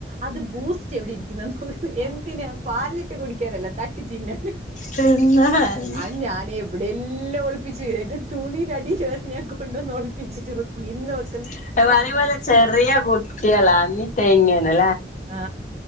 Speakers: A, on the right; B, on the left.
A: അത് ബൂസ്റ്റ് എവിടെ ഇരിക്കുന്നെ <unintelligible> എന്തിനെ പാൽലിട്ട് കുടിക്കാനല്ല തട്ടി തിന്നാൻ
B: തിന്നാന്
A: അഹ് ഞാൻ എവിടെ എല്ലാം ഒളിപ്പിച്ചു എന്റെ തുണിടടി <unintelligible> കൊണ്ട്ന്നൊൽപ്പിച്ചിട്ട് വെക്കും ഇന്ന് വെ
B: <unintelligible> ചെറിയ കുട്ടിയളാ ന്നിട്ടാ ഇങ്ങനെ.
A: ആ